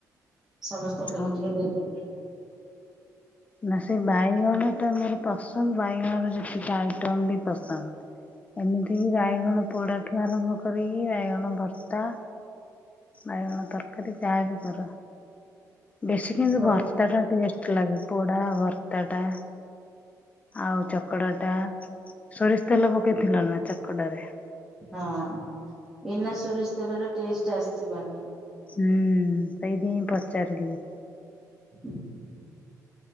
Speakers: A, in the centre; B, on the left.
A: ସମସ୍ତଙ୍କୁ
B: ହଁ।
A: ଟିକେ ଟିକେ ଦେଇଦେ।
B: ନା ସେ ବାଇଗଣ ଟା ମୋର ପସନ୍ଦ ବାଇଗଣର ଯେତିକି ଆଇଟମ ବି ପସନ୍ଦ। ଏମିତିକି ବାଇଗଣ ପୋଡାଠୁ ଆରମ୍ଭ କରିକି ବାଇଗଣ ଭର୍ତ୍ତା। ବାଇଗଣ ତରକାରୀ ଯାହା ବି କର ବେଶୀ କେମତି
A: ହଁ
B: ଭର। ଭତା ଟା ଟେଷ୍ଟ ଲାଗେ ପୋଡା ଭର୍ତ୍ତା ଟା। ଆଉ ଚକଡ ଟା ସୋରିଷ ତେଲ ପକେଇଥିଲ ନା ଚକଡା ରେ।
A: ହଁ ବିନା ସୋରିଷ ତେଲର ଟେଷ୍ଟ ଆସିିବନି।
B: ହୁଁ ସେଇଥି ହିଁ ପଚାରିଲି।
A: <inaudible>